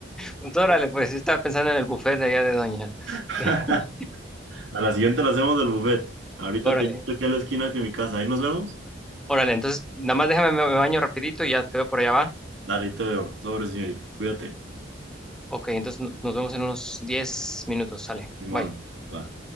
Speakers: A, in the centre; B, on the right (about 85°).
A: pues órale, pues yo estaba pensando en el buffet de allá de Doña.
B: <laughs>
A: <laughs>
B: A la siguiente la hacemos del buffet. Ahorita
A: Órale,
B: te invito aquí a la esquina de mi casa. Ahí nos vemos.
A: órale, entonces nada más déjame, me me baño rapidito y ya te veo por allá va.
B: Dale, ahí te veo. Sobre, señorita. Cuídate.
A: Ok, entonces no- nos vemos en unos 10 minutos, sale.
B: Simón,
A: Bye.
B: va.